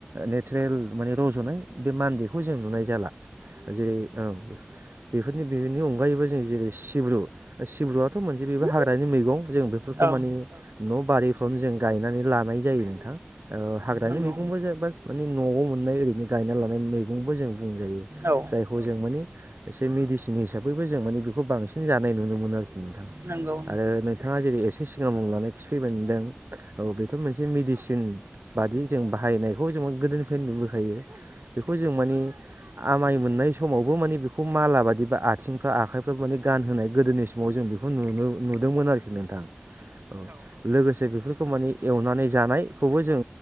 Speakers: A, on the right; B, on the right.
A: लेट स्रेल माने रज'नाय बे मान्देखौ जों नुनाय जाला जे ओ बेफोरनि बेनि अनगायैबो जों जेरै सिब्रु सिब्रुआथ' मोनसे बेबो हाग्रानि मैगं जों बेफोरखौ
B: औ
A: माने न बारिफ्रावनो जों गायनानै लानाय जायो नोंथां हाग्रानि
B: नंगौ
A: मैगंबो जेबा मानि नआव मोननाय ओरैनो गायना लानाय मैगंबो जों बुंजायो
B: औ
A: जायखौ जों माने एसे मेडिसिन हिसाबैबो जों माने बेखौ बांसिन जानाय नुनो मोनो आरोखि नोंथां
B: नंगौ
A: आरो बिथाङा जेरै एसे सिगांआव लानाय खिफैबदों औ बेथ मोनसे मेडिसि सिन बादि जों बाहायनायखौ जों गोदोनिफ्रायनो नुबोखायो बेखौ जों माने आमाय मोननाय समावबो माने बेखौ माला बादिबा आथिंफ्रा आखाइफ्रा माने गानहोनाय गोदोनि स <unintelligible> जों बेखौ नुनो नुदोंमोन आरोखि नोंथां औ लोगोसे बेफोर खौ माने एवनानै जानायखौबो जों